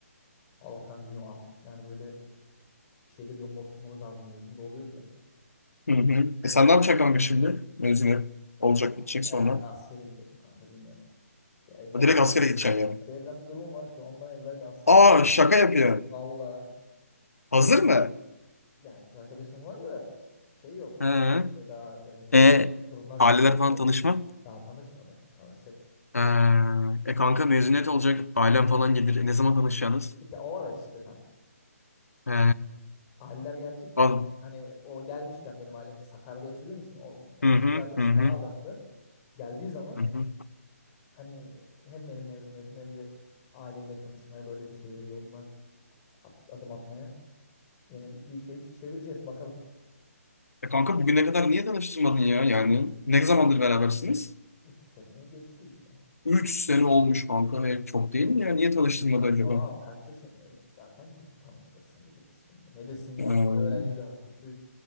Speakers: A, on the left; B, on the left.
A: Allah kanka bilmiyorum artık. Yani böyle bir şeyleri yoluna oturmamız lazım. Mezun da oluyoruz ya.
B: Hı hı. E sen ne yapacaksın kanka şimdi? Mezun
A: Ya
B: olacak gidecek
A: herhalde
B: sonra.
A: askere gidelim kanka bilmiyorum. Bir evlenme,
B: Ha, Direkt askere gideceksin yani.
A: bir evlenme durumu var işte ondan evvel bir askere
B: Aa
A: gitmemiz
B: şaka
A: lazım.
B: yapıyor.
A: Valla
B: Hazır mı?
A: yani kız arkadaşım var da şey yok.
B: Hı.
A: E, daha e,
B: E
A: durumlar
B: aileler
A: ciddileşmedi.
B: falan tanışma.
A: Daha tanışmadı. Tanışacak.
B: Ha. E kanka mezuniyet olacak. Ailem falan gelir. E, ne zaman tanışacaksınız?
A: İşte o ara işte tam.
B: He.
A: aileler gelecek
B: Al.
A: ya. Hani o gelmişken benim ailem şimdi Sakarya'da yaşadığım için o yani
B: Hı hı
A: kız arkadaşım
B: hı hı.
A: Manavgatlı geldiği zaman
B: Hı hı.
A: hani hem benim mezuniyetim hem de aileyle tanışmaya böyle bir şeyleri yoluna artık adım atmaya yönelik bir şey çevireceğiz bakalım.
B: E kanka bugüne kadar niye tanıştırmadın ya? Yani ne zamandır berabersiniz?
A: Üç seneyi geçti işte.
B: 3 sene olmuş kanka. E, çok değil mi ya? Niye tanıştırmadı
A: E,
B: acaba?
A: Ama kaç yaşındaydık zaten ki tanıştırsın bir de kız şimdi. Ne desin yani?
B: Ee,
A: Öğrenci daha küçük.